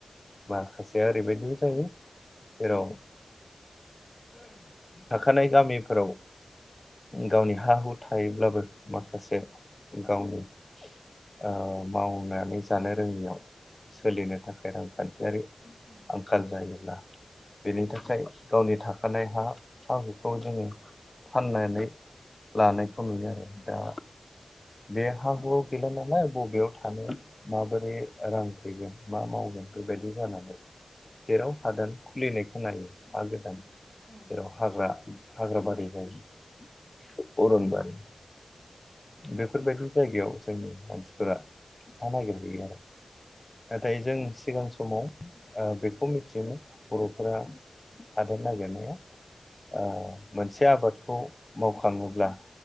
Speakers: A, on the left; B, on the right.
A: माखासेया ओरैबायदिबो जायो। जेराव थाखानाय गामिफोराव गावनि हा हु थायोब्लाबो माखासे गावनि ओ मावनानै जानो रोङियाव सोलिनो थाखाय रांखान्थियारि
B: औ
A: आंखाल जायोब्ला बेनि
B: औ नोंथां
A: थाखाय गावनि थाखानाय हा हा हुखौ जोङो फाननानै लानायखौ नुयो। आरो दा बे हा
B: औ
A: हुआव गैला नालाय बबेयाव थानो। माबोरै रां फैगोन? मा मावगोन बेबायदि जानानै जेराव हादान खुलिनाय
B: औ
A: खोनायो हा गोदान
B: औ
A: जेराव हाग्रा हाग्राबारि जायो। बे अरनबारि
B: औ
A: बेफोरबायदि जायगायाव जोंनि मानसिफोरा हा नागिरहैयो आरो नाथाय जों सिगां समाव बेखौ ओ मिथियोमोन बर'फोरा थादेर नागिरनाया ओ मोनसे आबादखौ मावखाङोब्ला